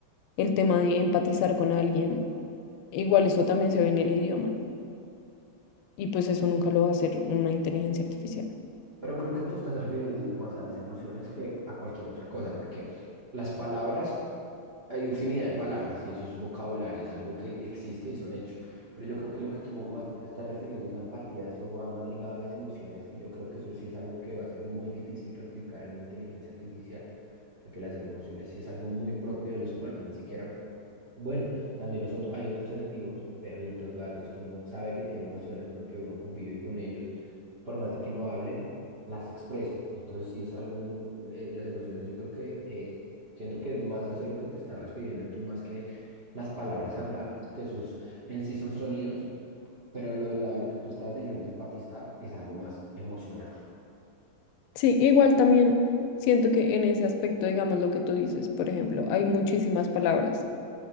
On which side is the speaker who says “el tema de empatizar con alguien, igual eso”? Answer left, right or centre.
Left